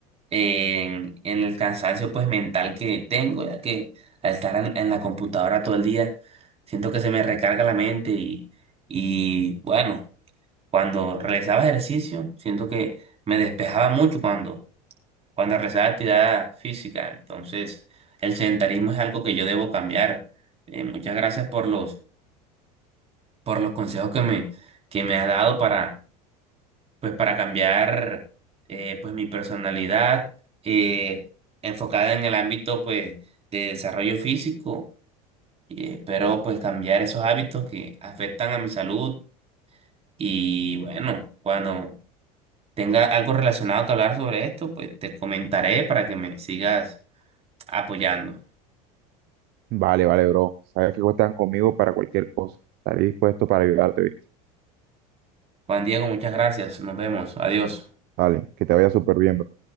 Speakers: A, on the right; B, on the right.
A: en, en el cansancio, pues, mental que tengo, ya que al estar en, en la computadora todo el día, siento que se me recarga la mente y, y bueno, cuando realizaba ejercicio, siento que me despejaba mucho cuando cuando realizaba actividad física. Entonces, el sedentarismo es algo que yo debo cambiar. Eh, muchas gracias por los, por los consejos que me, que me ha dado para, pues, para cambiar eh, pues, mi personalidad eh, enfocada en el ámbito pues, de desarrollo físico. Y espero pues cambiar esos hábitos que afectan a mi salud. Y bueno, cuando tenga algo relacionado que hablar sobre esto, pues te comentaré para que me sigas apoyando.
B: Vale, vale, bro. Sabes que cuentan conmigo para cualquier cosa. Estaré dispuesto para ayudarte, ¿viste?
A: Juan Diego, muchas gracias. Nos vemos. Adiós.
B: Vale, que te vaya súper bien, bro.